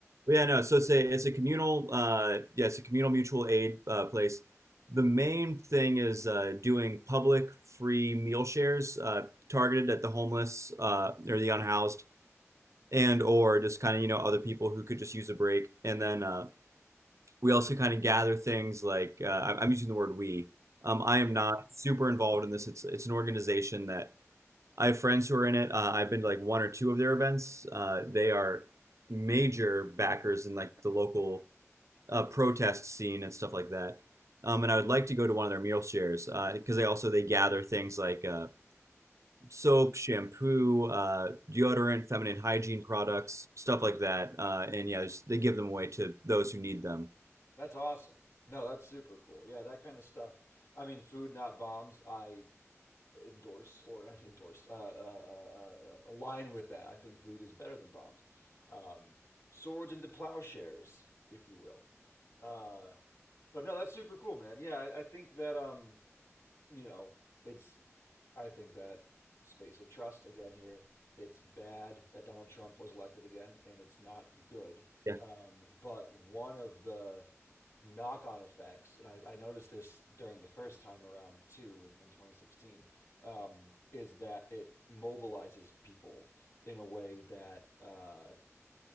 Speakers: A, on the right (about 70°); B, on the left (about 75°).
A: Yeah, no. So it's a it's a communal uh yeah, it's a communal mutual aid uh, place. The main thing is uh, doing public free meal shares uh, targeted at the homeless uh, or the unhoused and or just kind of you know other people who could just use a break. And then uh, we also kind of gather things like uh, I- I'm using the word we. Um, I
B: Sure.
A: am not super involved in this. It's it's an organization that I have friends who are in it. Uh, I've been to like one or two of their events. Uh, they are major backers in like the local uh, protest scene and stuff like that. Um, and I would like to go to one of their meal shares because uh, they also they gather things like uh, soap, shampoo, uh, deodorant, feminine hygiene products, stuff like that. Uh, and yeah, just- they give them away to those who need them.
B: That's awesome. No, that's super cool. Yeah, that kind of stuff. I mean, food not bombs. I endorse or <laughs> endorse uh, uh, uh, uh, uh, align with that. I think food is better than bombs. Um, swords into plowshares, if you will. Uh, but no, that's super cool, man. Yeah, I, I think that um, you know, it's I think that space of trust again here. It's bad that Donald Trump was elected again, and it's not good.
A: Yeah,
B: Um, but one of the knock-on effects, and I, I noticed this during the first time around too in, in 2016, um, is that it mobilizes people in a way that uh,